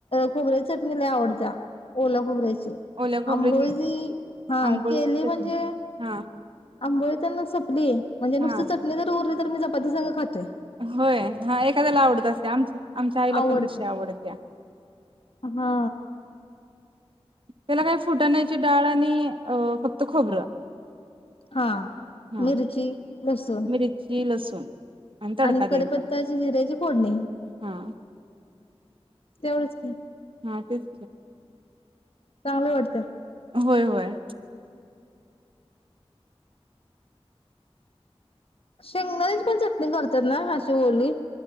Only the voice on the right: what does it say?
ओल्या खोबऱ्याची
आंबोळीची
चटणी हा
हा
होय हा एखाद्याला आवडत असते आम आमच्या आईला
पण तशी आवडत्या.
त्याला काही फुटाण्याची डाळ आणि अ फक्त खोबरं
हा
मिर्ची लसूण तडका
द्यायचा
हा
हा तेच
होय होय